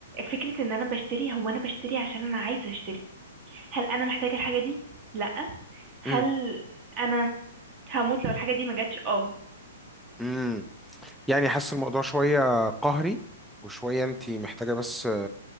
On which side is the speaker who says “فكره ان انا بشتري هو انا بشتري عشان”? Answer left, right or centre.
Right